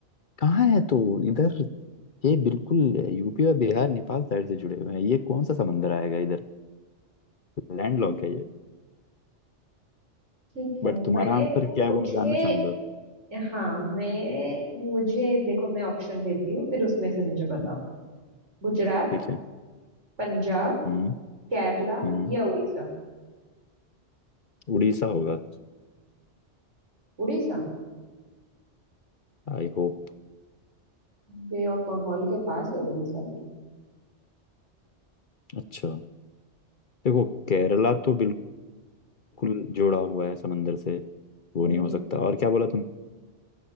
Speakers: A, on the left; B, on the right.
A: कहाँ है तो इधर ये बिल्कुल यूपी और बिहार नेपाल साइड से जुड़े हुए हैं ये कौन सा समंदर आएगा इधर लैंडलॉक
B: ठीक
A: है ये
B: ठीक है
A: बट तुम्हारा
B: मैं
A: आंसर
B: एक
A: क्या है
B: मुझे
A: वो मैं जानना चाहूंगा
B: हाँ मैं मुझे देखो मैं ऑप्शन देती हूँ फिर उसमें से मुझे बताओ
A: हम्म,
B: गुजरात
A: ठीक है
B: पंजाब
A: हम्म
B: केरला
A: हम्म
B: या उड़ीसा
A: उड़ीसा होगा
B: उड़ीसा
A: I hope
B: बे ऑफ बंगाल के पास है उड़ीसा भी
A: अच्छा देखो केरला तो बिल्कुल जुड़ा हुआ है समंदर से
B: हम्म,
A: वो नहीं हो सकता और क्या बोला तुम